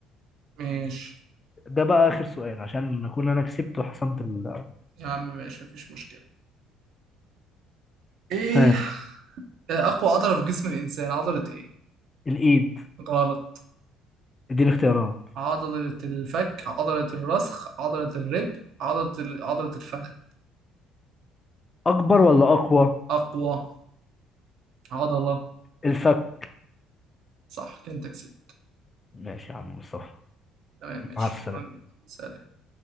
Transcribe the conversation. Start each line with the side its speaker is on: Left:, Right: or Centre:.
Right: ماشي
Left: ده بقى اخر سؤال عشان اكون انا كسبت وحسمت ال
Right: يا عم ماشي مفيش مشكلة ايه
Left: ها
Right: آه، اقوى عضلة في جسم الانسان عضلة ايه
Left: الايد
Right: غلط
Left: دي الاختيارات
Right: عضلة الفك عضلة الرسخ عضلة الرجل عضلة ال- عضلة الفخذ
Left: اكبر ولا اقوى
Right: اقوى عضلة
Left: الفك
Right: صح كنت تكسب
Left: ماشي يا عم مصطفى
Right: تمام ماشي
Left: مع
Right: شكرا
Left: السلامة
Right: لك. سلام